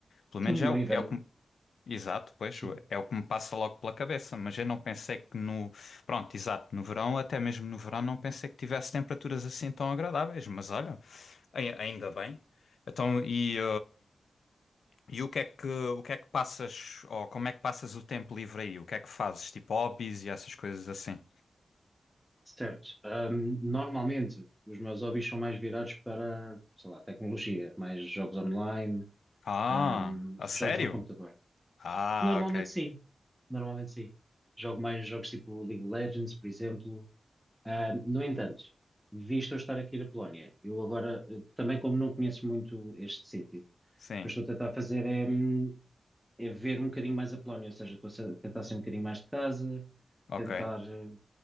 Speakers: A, on the left; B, in the centre.
A: Pelo menos
B: Sim,
A: é
B: no
A: o,
B: inverno,
A: é o que. me- Exato, pois,
B: sim.
A: é o que me passa logo pela cabeça, mas eu não pensei que no. Pronto, exato, no verão, até mesmo no verão, não pensei que tivesse temperaturas assim tão agradáveis, mas olha, ai- ainda bem. Então, e E o que é que, o que é que passas, ou como é que passas o tempo livre aí? O que é que fazes? Tipo hobbies e essas coisas assim?
B: Certo. Ahm, normalmente os meus hobbies são mais virados para, sei lá, tecnologia, mais jogos online,
A: Ah,
B: ahm,
A: a sério?
B: jogos no computador.
A: Ah,
B: Normalmente
A: ok.
B: sim, normalmente sim. Jogo mais jogos tipo League of Legends, por exemplo. Ahm, no entanto, visto eu estar aqui na Polónia, eu agora, eh, também como não conheço muito este sítio, o que
A: Sim,
B: eu estou a tentar fazer é, hum, é ver um bocadinho mais a Polónia, ou seja, estou a sa- tentar sair um bocadinho mais de casa,
A: ok.
B: tentar eh,